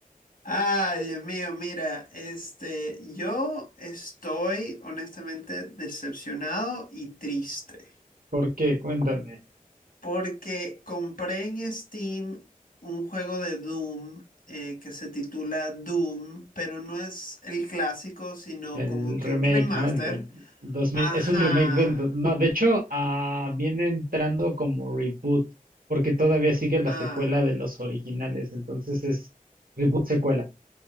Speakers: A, on the left; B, on the right.
A: Ay, Dios mío, mira, este, yo estoy honestamente decepcionado y triste
B: ¿Por qué? Cuéntame.
A: porque compré en Steam un juego de Doom eh, que se titula Doom, pero no es el clásico, sino
B: El
A: como
B: remake,
A: que un remaster.
B: ¿no? El del 2000.
A: Ajá.
B: Es un remake del... do- No, de hecho, ah, viene entrando como reboot, porque todavía sigue la
A: Ah,
B: secuela de los originales. Entonces es reboot secuela.